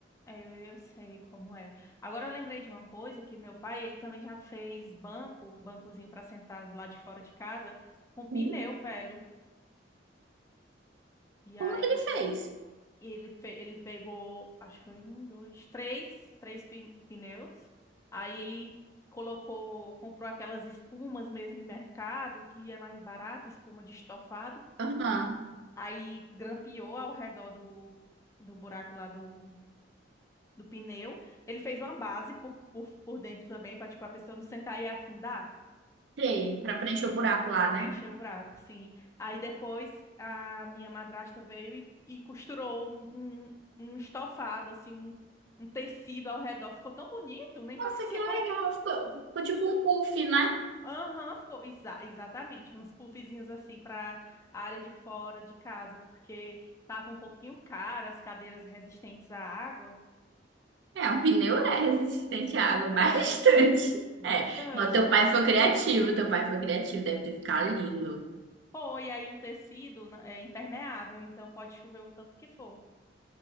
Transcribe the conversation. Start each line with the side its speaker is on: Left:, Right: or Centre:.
Left: É, Eu, eu sei como é. Agora eu lembrei de uma coisa que meu pai, ele também já fez banco, bancozinho para sentar lá de fora de casa, com pneu,
Right: Hum.
Left: velho. E aí
Right: Como que ele fez?
Left: ele, fe, ele pegou, acho que foi um, dois, três, três pin- pneus. Aí colocou, comprou aquelas espumas mesmo em mercado, que é mais barato, espuma de estofado
Right: Aham.
Left: aí grampeou ao redor do, do buraco lá do, do pneu. Ele fez uma base por, por, por dentro também, para tipo, a pessoa não sentar e afundar,
Right: Tem, pra preencher o buraco lá,
Left: para preencher
Right: né?
Left: o buraco, assim. Aí depois a minha madrasta veio e, e costurou um, um, um estofado, assim, um, um tecido ao redor. Ficou tão bonito, nem
Right: Nossa,
Left: <laughs> parecia
Right: que legal.
Left: que era pneu.
Right: Ficou, ficou tipo um puff, né?
Left: Aham, ficou exa- exatamente, uns puffzinhos assim para a área de fora de casa, porque tava um pouquinho caro as cadeiras resistentes à água.
Right: É, um pneu, né? <laughs> Resistente à água,
Left: É,
Right: <laughs> bastante.
Left: bastante.
Right: É. Não, teu pai foi criativo, teu pai foi criativo, deve ter ficado lindo.
Left: Foi, aí o tecido né, é impermeável, então pode chover o tanto que for.